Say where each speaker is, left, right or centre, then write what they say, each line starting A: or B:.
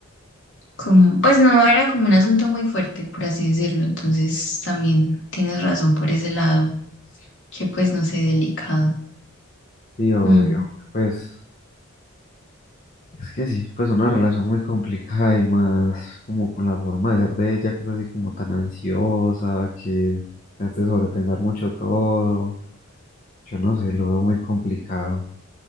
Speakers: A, on the left; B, on the left.
A: como, pues no era como un asunto muy fuerte, por así decirlo, entonces también tienes razón por ese lado, que pues no sé, delicado.
B: Y yo,
A: Mm.
B: pues Es que sí, pues una relación muy complicada y más como con la forma de ser de ella, que es así como tan ansiosa, que te hace sobrepensar mucho todo. Yo no sé, lo veo muy complicado.